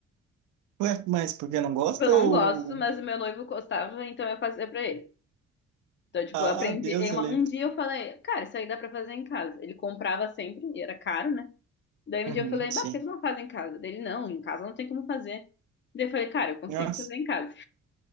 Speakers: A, on the right; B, on the left.
A: Ué, mas porque não gosta
B: Eu não
A: ou...
B: gosto, mas o meu noivo gostava, então eu fazia pra ele. Então, tipo,
A: Ah,
B: eu aprendi.
A: Deus,
B: e uma-
A: eu livre.
B: Um dia eu falei, cara, isso aí dá pra fazer em casa. Ele comprava sempre, e era caro, né? Daí
A: Uhum,
B: um dia eu falei,
A: sim.
B: bah, por que tu não faz em casa? dele não, em casa não tem como fazer. Daí eu falei, cara, eu consigo
A: Nossa,
B: fazer em casa.